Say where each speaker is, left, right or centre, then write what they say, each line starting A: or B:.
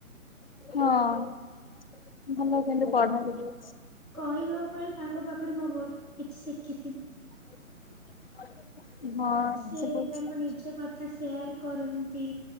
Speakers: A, on the left; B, on the left.
A: ହଁ। ଭଲ କିନ୍ତୁ। ପଢାନ୍ତି ଟିକେ
B: କହିବାକୁ ବ ତାଙ୍କ ପାଖରୁ ମୁଁ ବହୁତ କିଛି ଶିଖିଥିଲି।
A: <inaudible> ହଁ
B: ସେ
A: ବହୁତ
B: ତାଙ୍କ ନିଜ କଥା ସେୟାର କରନ୍ତି